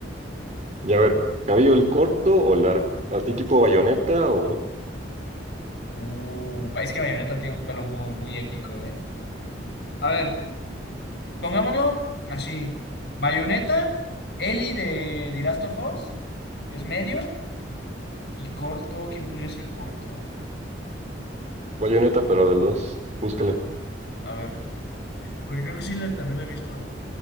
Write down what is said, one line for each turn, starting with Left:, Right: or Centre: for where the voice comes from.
Right: Y a ver, ¿cabello el corto o largo? ¿Así tipo bayoneta o
Left: Uh, es que Bayonetta tiene un pelo muy, muy épico, ¿eh? A ver, pongámoslo así. Bayonetta, Ellie de The Last of Us, que es medio, y corto, ¿quién podría ser corto?
Right: bayoneta pero de los Búscala.
Left: A ver, porque creo que sí la- también la he visto. A ver.